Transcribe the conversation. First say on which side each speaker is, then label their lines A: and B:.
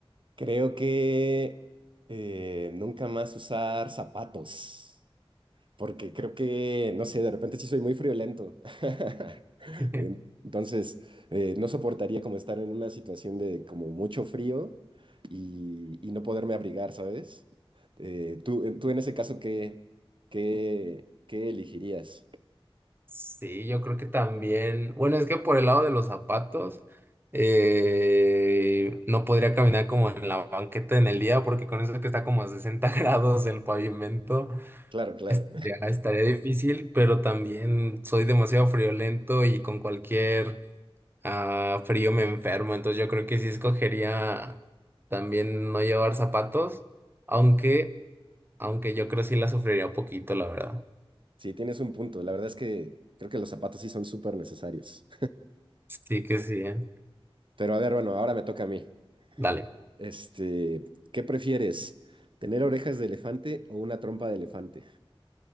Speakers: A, on the right; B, on the right.
A: creo que eh, nunca más usar zapatos, porque creo que, no sé, de repente sí soy muy friolento. <laughs>
B: <laughs>
A: En- Entonces, eh, no soportaría como estar en una situación de como mucho frío y, y no poderme abrigar, ¿sabes? Eh, tú, tú en ese caso, ¿qué, qué, qué elegirías?
B: Sí, yo creo que también. Bueno, es que por el lado de los zapatos, eh, no podría caminar como en la banqueta en el día, porque con eso que está como a 60 <laughs> grados el pavimento,
A: Claro, claro.
B: estaría, estaría difícil, pero también soy demasiado friolento y con cualquier ah, frío me enfermo. Entonces yo creo que sí escogería también no llevar zapatos, aunque, aunque yo creo que sí la sufriría un poquito, la verdad.
A: Sí, tienes un punto. La verdad es que creo que los zapatos sí son súper necesarios.
B: Sí que sí, ¿eh?
A: Pero a ver, bueno, ahora me toca a mí.
B: Dale.
A: Este, ¿qué prefieres? ¿Tener orejas de elefante o una trompa de elefante?